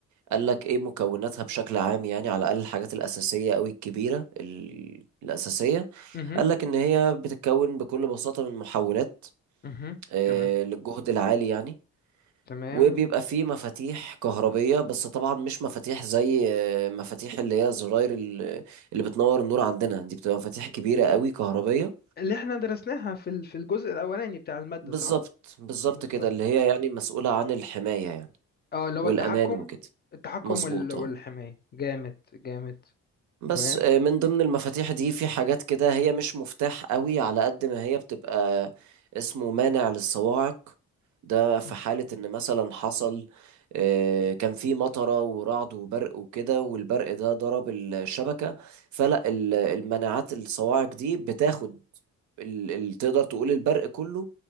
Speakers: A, on the right (about 70°); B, on the left (about 35°).
A: قال لك ايه مكوناتها بشكل عام يعني على الأقل الحاجات الأساسية أو الكبيرة ال- الأساسية
B: اها
A: قال لك إن هي بتتكون بكل بساطة من محولات
B: اها
A: آه،
B: تمام
A: للجهد العالي يعني
B: تمام
A: وبيبقى فيه مفاتيح كهربية بس طبعا مش مفاتيح زي آه، مفاتيح اللي هي زراير ال- اللي بتنور النور عندنا دي بتبقى مفاتيح كبيرة قوي كهربية
B: اللي احنا درسناها في ال- في الجزء الاولاني بتاع الماده
A: بالظبط
B: صح
A: بالظبط
B: بالظبط
A: كده اللي هي يعني مسؤولة عن الحماية يعني
B: اه اللي
A: والأمان
B: هو التحكم
A: وكده
B: التحكم
A: مظبوط
B: وال- والحماية
A: اه
B: جامد جامد
A: بس
B: تمام
A: آه، من ضمن المفاتيح دي في حاجات كده هي مش مفتاح قوي على قد ما هي بتبقى اسمه مانع للصواعق ده في
B: اه
A: حالة ان مثلا حصل آه، كان في مطرة ورعد وبرق وكده والبرق ده ضرب الشبكة فلا ال- المناعات الصواعق دي بتاخد ال- ال- تقدر تقول البرق كله